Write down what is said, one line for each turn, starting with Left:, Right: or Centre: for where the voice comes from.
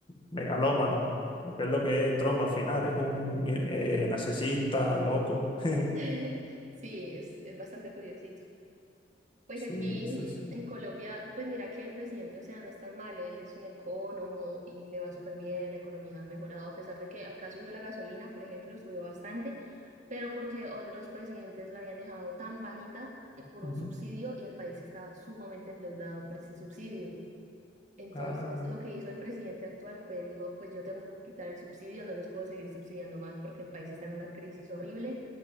Left: megalómano, lo que es lo que es Trump al final, es un eh, narcisista, loco. <laughs>
Right: <laughs> Sí, es, es bastante curiosito. Pues
Left: Sí,
Right: aquí
Left: eso sí.
Right: en Colombia, pues mira que el presidente, o sea, no es tan malo, él es un economo y le va súper bien, la economía ha mejorado, a pesar de que acá subió la gasolina, por ejemplo, subió bastante, pero porque otros presidentes la habían dejado tan bajita eh, por
Left: Ujú.
Right: un subsidio y el país estaba sumamente endeudado por ese subsidio. Entonces,
Left: Ah,
Right: lo que hizo el presidente actual fue, dijo, pues yo tengo que quitar el subsidio, no los puedo seguir subsidiando más porque el país está en una crisis horrible